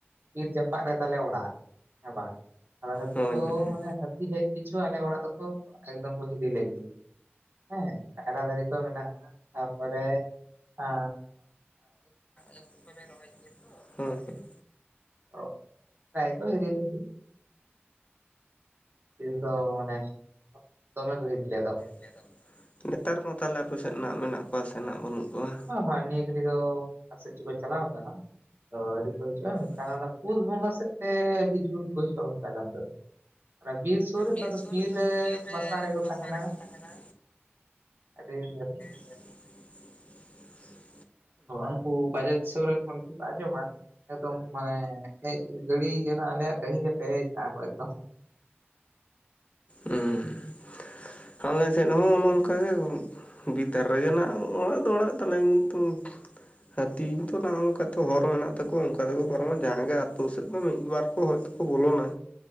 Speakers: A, on the right (about 60°); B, on the left (about 35°).
A: ᱵᱤᱨ ᱡᱟᱯᱟᱜ ᱨᱮ ᱛᱟᱞᱮ ᱚᱲᱟᱜ ᱾ ᱦᱮᱸ ᱵᱟᱝ? ᱟᱫᱚ ᱡᱚᱛᱚ
B: ᱦᱳᱭ ᱦᱳᱭ ᱦᱳᱭ
A: ᱢᱟᱱᱮ ᱦᱟᱹᱛᱤ ᱦᱮᱡ ᱯᱤᱪᱷᱩ ᱟᱞᱮ ᱚᱲᱟᱜ ᱫᱚᱠᱚ ᱮᱠᱫᱚᱢ ᱠᱚ ᱦᱤᱨᱤ ᱞᱮᱜᱮᱭᱟ ᱾ ᱦᱮᱸ ᱠᱟᱭᱨᱟ ᱫᱟᱨᱮ ᱫᱚ ᱢᱮᱱᱟᱜᱼᱟ ᱛᱟᱯᱚᱨᱮ ᱟ
B: ᱮᱠ ᱯᱚᱨᱮ ᱨᱚᱦᱚᱭᱟ ᱜᱮᱭᱟ ᱛᱚ ᱦᱚᱸ ᱦᱚᱸᱜ
A: ᱚᱜ ᱛᱟᱭ ᱠᱚ ᱦᱤᱨᱤ ᱞᱟᱹᱜᱤᱫ ᱦᱟᱸᱛᱤ ᱫᱚ ᱢᱟᱱᱮ ᱫᱚᱢᱮ ᱠᱚ ᱦᱤᱨᱤ ᱞᱮᱭᱟ ᱫᱚᱢᱮ ᱾
B: ᱡ <unintelligible> ᱱᱮᱛᱟᱨ ᱢᱟ ᱛᱟᱞᱮ ᱟᱯᱮ ᱥᱮᱫ ᱢᱮᱱᱟᱜ ᱠᱚᱣᱟ ᱥᱮ ᱱᱟᱜ ᱵᱟᱹᱱᱩᱜ ᱠᱚᱣᱟ
A: ᱵᱟᱝ ᱱᱤᱭᱟᱹ ᱛᱮᱜᱮ ᱫᱚ ᱟᱥᱮ ᱪᱚ ᱠᱚ ᱪᱟᱞᱟᱣ ᱟᱠᱟᱱᱟ ᱟᱹᱰᱤ
B: <unintelligible>
A: ᱚᱱᱟ ᱯᱩᱥ ᱵᱚᱸᱜᱟ ᱥᱮᱫ ᱛᱮ ᱡᱳᱨ ᱠᱚ ᱦᱤᱡᱩᱜᱼᱟ ᱜᱚᱝᱠᱮ ᱟᱞᱮ ᱚᱱᱛᱮ ᱫᱚ ᱚᱱᱟ ᱵᱤᱨ ᱥᱩᱨ ᱨᱮ
B: ᱵᱤᱨ
A: ᱛᱚ ᱟᱫᱚ
B: ᱥᱩᱨᱨᱮ ᱱᱮᱛᱟᱨ
A: ᱨᱮ
B: ᱫᱚᱠᱚ ᱵᱤᱨ
A: ᱵᱟᱥᱟ ᱨᱮᱠᱚ
B: ᱯᱷᱟᱠᱟ
A: ᱛᱟᱦᱮᱱᱟ
B: ᱨᱮᱠᱚ ᱛᱟᱦᱮᱱᱟ
A: <unintelligible>
B: <inaudible> <inaudible>
A: ᱩᱱᱠᱩ ᱵᱟᱡᱟᱨ ᱫᱤᱥᱚᱢ ᱨᱮᱱ ᱦᱚᱲ ᱜᱮᱠᱚ ᱟᱸᱡᱚᱢᱟ ᱮᱠᱫᱚᱢ ᱢᱟᱱᱮ ᱦᱮᱡ ᱜᱤᱰᱤ ᱟᱠᱟᱱᱟ ᱡᱮᱱᱚ ᱟᱞᱮᱭᱟᱜ ᱰᱟᱹᱦᱤ ᱯᱮᱨᱮᱡ ᱠᱚ ᱮᱠᱫᱚᱢ
B: ᱦᱩᱸ ᱟᱞᱮ ᱥᱮᱫ ᱦᱚᱸ ᱱᱚᱝᱠᱟ ᱜᱮ ᱾ ᱵᱤᱨ ᱫᱷᱟᱨᱮ ᱨᱮᱜᱮ ᱱᱟᱦᱜ ᱚᱲᱟᱜ ᱫᱚ ᱚᱲᱟᱜ ᱛᱟᱞᱮ ᱠᱤᱱᱛᱩ ᱦᱟᱹᱛᱤ ᱠᱚᱫᱚ ᱱᱚᱜ ᱱᱚᱝᱠᱟᱛᱮ ᱦᱚᱨ ᱢᱮᱱᱟᱜ ᱛᱟᱠᱚᱣᱟ ᱚᱱᱠᱟ ᱚᱠᱟ ᱛᱮᱠᱚ ᱯᱟᱨᱚᱢᱟ ᱡᱟᱦᱟᱸ ᱜᱮ ᱟᱛᱳ ᱥᱮᱫ ᱫᱚ ᱢᱤᱫ ᱵᱟᱨ ᱠᱚ ᱦᱚᱭᱛᱠᱚ ᱵᱚᱞᱚᱱᱟ